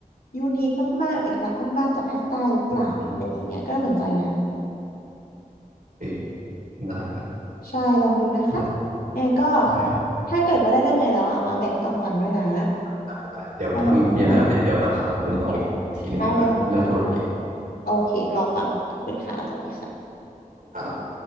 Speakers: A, on the left; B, on the right.
A: ยูนิคมากๆเอกลักษณ์มากๆจากภาคใต้หรือเปล่าอะไรอย่างเงี้ยก็น่าสนใจนะ
B: อืมอืมโอเคได้ครับ
A: ใช่ลองดูนะคะ
B: ได้
A: แอร์ก็
B: ได้ครับ
A: ถ้าเกิดว่าได้เรื่องไงแล้วอ่ะมาอัปเดตให้ตองฟังด้วยนะ
B: ได้ได้เดี๋ยวถ้ามีอะไรอัปเดตเดี๋ยวมาถามคุณตองอีกทีหนึ่งแล้วกันเรื่องธุรกิจ
A: ได้เลยค่ะได้เลยขอบคุณมากค่ะโอเครอฟังขอบคุณค่ะสวัสดีค่ะ
B: ครับ